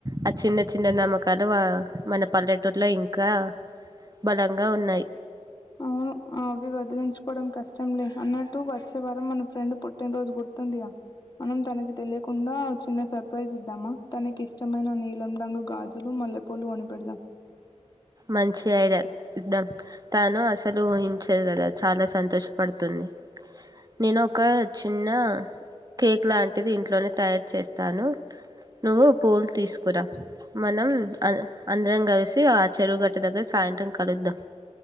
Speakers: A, on the right; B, on the left.
A: ఆ చిన్న చిన్న వ-నమ్మకాలు మన పల్లెటూరులో ఇంకా బలంగా ఉన్నాయి
B: అవును అవ్ వదిలించుకోవడం కష్టంలే అన్నట్టు వచ్చే వారం మన ఫ్రెండ్ పుట్టినరోజు గుర్తుందిగా మనం తనకి తెలియకుండా చిన్న సర్ప్రైజ్ ఇద్దామా తనకి ఇష్టమైన నీలం రంగు గాజులు మల్లెపూలు కొనిపెడుదాం
A: మంచి ఐడియా ఇద్దాం తాను అసలు ఊహించదు కదా చాలా సంతోషపడుతుంది నేను ఒక చిన్న కేక్ లాంటిది ఇంట్లోనే తయారు చేస్తాను నువ్వు పూలు తీసుకురా మనం అ-అన్ అంధ్రం కలిసి ఆ చెరువు గట్టు దగ్గర సాయంత్రం కలుద్దాం